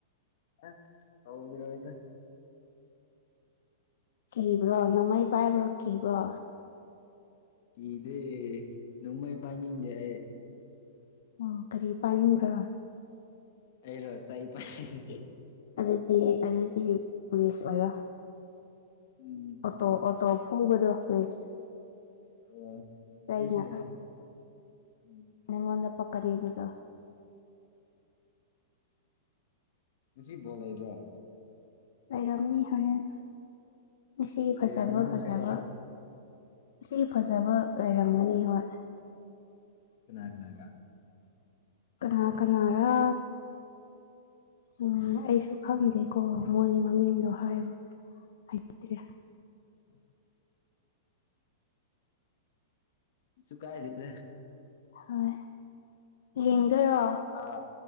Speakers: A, on the left; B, on the left.
A: ꯑꯁ ꯇꯧꯔꯣꯏꯗ
B: ꯀꯤꯕ꯭ꯔꯣ ꯅꯣꯡꯃꯩ ꯄꯥꯏꯕ ꯀꯤꯕ꯭ꯔꯣ
A: ꯀꯤꯗꯦ ꯅꯣꯡꯃꯩ ꯄꯥꯏꯅꯤꯡꯗꯦ ꯑꯩ
B: ꯑꯣ ꯀꯔꯤ ꯄꯥꯏꯅꯤꯡꯕ꯭ꯔꯥ
A: ꯑꯩꯔꯣ ꯆꯩ ꯄꯥꯏꯅꯤꯡꯉꯤ
B: ꯑꯗꯨꯗꯤ ꯑꯗꯨꯗꯤ ꯄꯨꯂꯤꯁ ꯑꯣꯏꯔꯣ
A: ꯎꯝ
B: ꯑꯣꯇꯣ ꯑꯣꯇꯣ ꯐꯨꯕꯗꯣ ꯄꯨꯂꯤꯁ
A: ꯑꯣ ꯑꯗꯨꯁꯨ
B: ꯑꯩꯅ
A: ꯌꯥꯏ ꯎꯝ
B: ꯅꯪꯉꯣꯟꯗ ꯄꯛꯀꯅꯤ ꯑꯗꯨꯗꯣ
A: ꯉꯁꯤ ꯕꯣꯜ ꯂꯩꯕ꯭ꯔꯣ
B: ꯂꯩꯔꯝꯃꯤ ꯍꯣꯔꯦꯟ ꯉꯁꯤ
A: ꯂꯩꯔꯝꯃꯅꯤ
B: ꯐꯖꯕ ꯐꯖꯕ
A: ꯍꯥꯏꯕ
B: ꯉꯁꯤ ꯐꯖꯕ ꯂꯩꯔꯝꯒꯅꯤ ꯍꯣꯏ
A: ꯀꯅꯥ ꯀꯥꯅꯥꯒ
B: ꯀꯅꯥ ꯀꯅꯥꯥꯔꯥ ꯎꯝ ꯑꯩꯁꯨ ꯈꯪꯗꯦꯀꯣ ꯃꯣꯏꯒꯤ ꯃꯃꯤꯡꯗꯣ ꯍꯥꯏꯕ ꯍꯥꯏꯇ꯭ꯔꯦ
A: ꯁꯨꯈ ꯍꯥꯏꯗꯗ꯭ꯔꯦ
B: ꯍꯣꯏ ꯌꯦꯡꯗꯣꯏꯔꯣ
A: ꯑꯥ